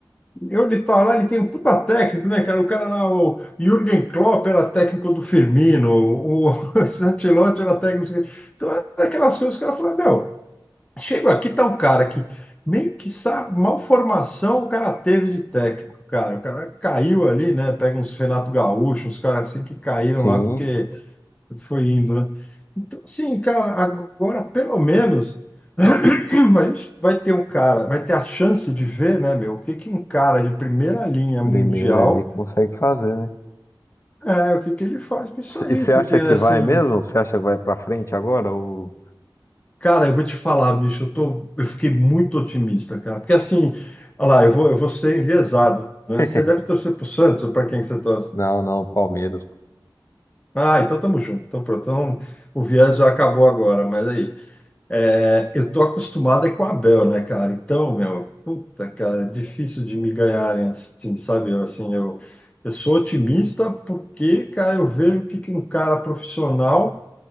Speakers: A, on the left (about 15°); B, on the left (about 35°).
A: Eu de tá lá, ele tem um puta técnico, né, cara? O cara lá, o Jürgen Klopp era técnico do Firmino, o <laughs> esse Ancelotti era técnico. não sei o quê. Então, era aquelas coisas que o cara falou, meu, chega aqui, tá um cara que nem que sabe, mal formação o cara teve de técnico, cara. O cara caiu ali, né? Pega uns Renato Gaúcho, uns caras assim que caíram
B: sim,
A: lá porque foi indo, né? Então, assim, cara, agora pelo menos <clears throat> a gente vai ter um cara, vai ter a chance de ver, né, meu, o que que um cara de primeira linha
B: primeiro
A: mundial,
B: ali consegue fazer, né?
A: é, o que que ele faz com isso aí,
B: E você
A: porque
B: acha
A: assim,
B: que vai mesmo? Você acha que vai pra frente agora? Ou...
A: cara, eu vou te falar, bicho, eu tô, eu fiquei muito otimista, cara, porque assim, olha lá, eu vou, eu vou ser enviesado, né?
B: <laughs>
A: Você deve torcer pro Santos ou pra quem que você torce?
B: Não, não, Palmeiras.
A: Ah, então tamo junto, então pronto, então o viés já acabou agora, mas aí. É, eu tô acostumado é com a Bel, né, cara? Então, meu, puta, cara, é difícil de me ganharem assim, sabe? Eu, assim, eu, eu sou otimista porque, cara, eu vejo o que que um cara profissional